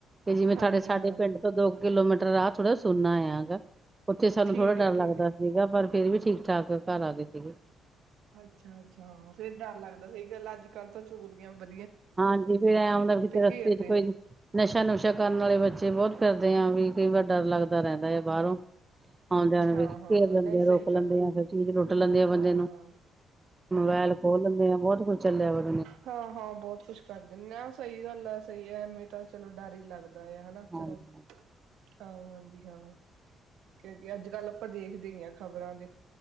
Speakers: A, on the right; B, on the right.
A: ਕਿ ਜਿਵੇਂ
B: ਹਾਂਜੀ
A: ਤੁਹਾਡੇ ਸਾਡੇ
B: ਹਾਂ
A: ਪਿੰਡ ਤੋਂ ਦੋ- ਕਿਲੋਮੀਟਰ ਰਾਹ ਥੋੜ੍ਹਾ ਸੁੰਨਾ ਆਗਾ ਉੱਥੇ ਸਾਨੂੰ
B: ਠੀਕ
A: ਥੋੜਾ
B: ਹੈ
A: ਡਰ
B: ਠੀਕ
A: ਲੱਗਦਾ
B: ਹੈ।
A: ਸੀਗਾ ਪਰ ਫੇਰ ਵੀ ਠੀਕ ਠਾਕ ਘਰ ਆ ਗਏ ਸਿਗੇ।
B: ਅੱਛਾ -ਅੱਛਾ, ਫੇਰ ਡਰ ਲੱਗਦਾ ਸੀ। ਗੱਲ ਅੱਜ ਕੱਲ ਤਾਂ ਚੋਰੀਆਂ ।
A: ਹਾਂਜੀ ਵੀ ਐ ਹੁੰਦਾ ਕਿਤੇ ਰਸਤੇ
B: ਘੇਰਦੇ
A: 'ਚ ਕੋਈ
B: ਨੇ
A: ਨਸ਼ਾ ਨੁਸ਼ਾ ਕਰਨ ਵਾਲੇ ਬੱਚੇ ਬਹੁਤ- ਕਰਦੇ ਆਂ ਵੀ ਕਈ ਵਾਰ ਡਰ ਲੱਗਦਾ ਰਹਿੰਦਾ ਆ ਬਾਹਰੋਂ । ਆਣ ਜਾਣ
B: ਹਾਂ-ਹਾਂ
A: ਵੇਲੇ ਘੇਰ ਲੈਂਦੇ
B: ਨਹੀਂ
A: ਆ, ਰੋਕ
B: ਸਹੀ
A: ਲੈਂਦੇ
B: ਗੱਲ
A: ਆ। ਫੇਰ ਚੀਜ਼ ਰੋਟੀ । ਕੁੱਟ ਲੈਂਦੇ ਆ ਬੰਦੇ
B: ਹਾਂ-ਹਾਂ।
A: ਨੂੰ। ਮੋਬੈਲ ਖੋਹ ਲੈਂਦੇ ਆ ਬਹੁਤ ਕੁੱਝ ਚੱਲਿਆ ਬ-
B: ਹਾਂ ਹਾਂ ਬਹੁਤ । ਕੁੱਛ ਕਰ ਦਿਨੇ ਆ। ਸਈ ਗੱਲ ਆ। ਸਈ ਐ ਐਵੇਂ ਤਾਂ ਚਲੋ ਡਰ ਈ ਲੱਗਦਾ। ਦਾ ਹਨਾ
A: ਹਾਂਜੀ
B: ਚਲੋ। ਹਾਂ- ਹਾਂਜੀ -ਹਾਂ ।ਕਿਉਕ ਅੱਜ ਕੱਲ੍ਹ ਆਪਾਂ ਦੇਖਦੇ ਈ ਆਂ ਖ਼ਬਰਾਂ ਦੇ।